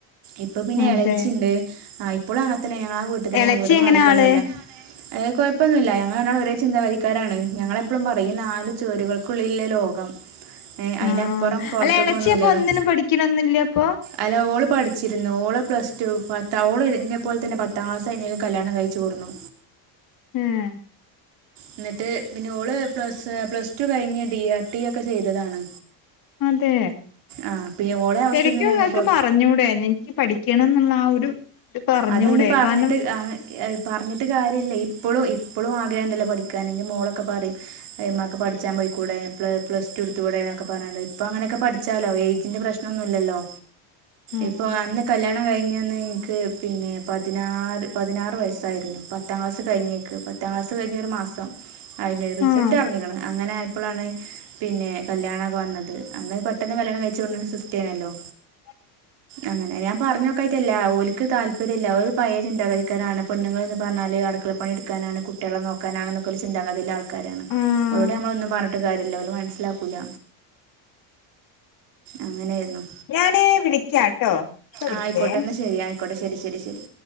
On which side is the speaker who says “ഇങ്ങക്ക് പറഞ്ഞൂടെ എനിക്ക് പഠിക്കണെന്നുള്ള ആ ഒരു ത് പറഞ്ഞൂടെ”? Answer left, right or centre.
Left